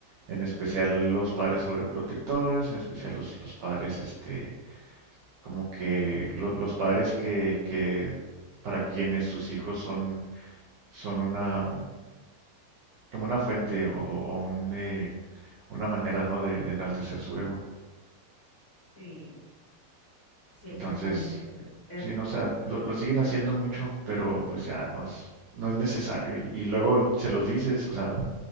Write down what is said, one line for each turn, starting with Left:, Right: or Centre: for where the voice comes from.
Right: en
Left: Ujú.
Right: especial los padres sobreprotectores, en especial los, los padres, este, como que lo- los padres que, que para quienes sus hijos son, son una, mm, como una fuente o, o- o un, eh, una manera, ¿no? De, de enaltecer su ego.
Left: Sí, sí, exactamente.
Right: Entonces,
Left: exact- es-
Right: sí, no, o sea, lo, lo siguen haciendo mucho, pero pues ya no es, no es necesario. Y, y luego se los dices, o sea,